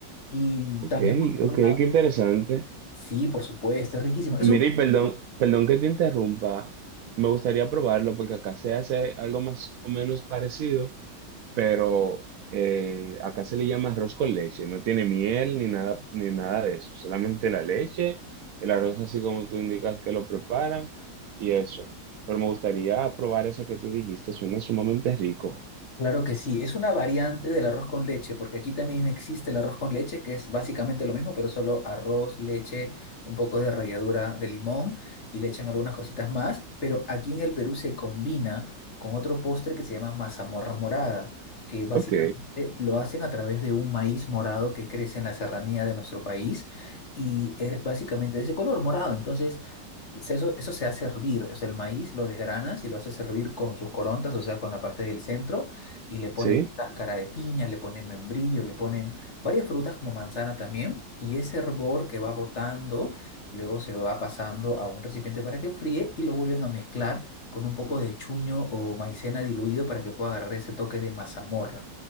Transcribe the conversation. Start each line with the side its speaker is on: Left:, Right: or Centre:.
Left: Y
Right: ok,
Left: también por otro
Right: ok,
Left: lado,
Right: qué interesante.
Left: sí, por supuesto, es riquísimo. Es
Right: Mira,
Left: un
Right: y perdón, perdón que te interrumpa. Me gustaría probarlo porque acá se hace algo más o menos parecido, pero eh, acá se le llama arroz con leche, no tiene miel ni nada, ni nada de eso, solamente la leche, el arroz así como tú indicas que lo preparan y eso. Pero me gustaría probar ese que tú dijiste, suena sumamente rico.
Left: Claro que sí, es una variante del arroz con leche, porque aquí también existe el arroz con leche, que es básicamente lo mismo, pero solo arroz, leche, un poco de ralladura de limón y le echan algunas cositas más, pero aquí en el Perú se combina con otro postre que se llama mazamorra morada, que básicamente
Right: Ok,
Left: lo hacen a través de un maíz morado que crece en la serranía de nuestro país y es básicamente de ese color morado. Entonces se- Eso, eso se hace hervir, o sea, el maíz lo desgranas y lo haces hervir con sus corontas, o sea, con la parte del centro, y le ponen
Right: sí.
Left: cáscara de piña, le ponen membrillo, le ponen varias frutas como manzana también, y ese hervor que va botando, luego se va pasando a un recipiente para que enfríe y lo vuelven a mezclar con un poco de chuño o maicena diluido para que pueda agarrar ese toque de mazamorra.